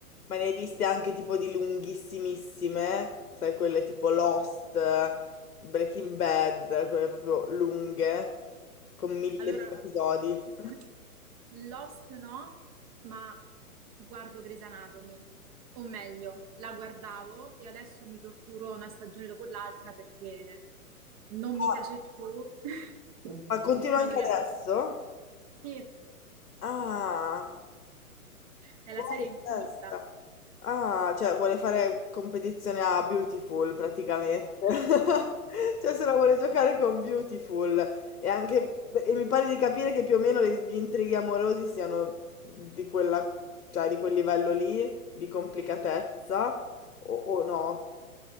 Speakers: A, on the left; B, on the right.
A: Ma ne hai viste anche tipo di lunghissimissime, sai, quelle tipo Lost, Breaking Bad, quelle proprio lunghe, con mille,
B: Allora,
A: mille episodi.
B: <laughs> Lost no, ma guardo Grey's Anatomy, o meglio, la guardavo e adesso mi torturo una stagione dopo l'altra perché non mi
A: Ah,
B: piace più, <laughs>
A: ma continua
B: ma
A: anche
B: non riesco.
A: adesso?
B: Sì,
A: Ah.
B: è la
A: Wow,
B: serie infinita.
A: testa. Ah, cioè vuole fare competizione a Beautiful praticamente. <laughs> Cioè se la vuole giocare con Beautiful e anche e mi pare di capire che più o meno le- gli intrighi amorosi siano di quella, cioè di quel livello lì di complicatezza o, o no?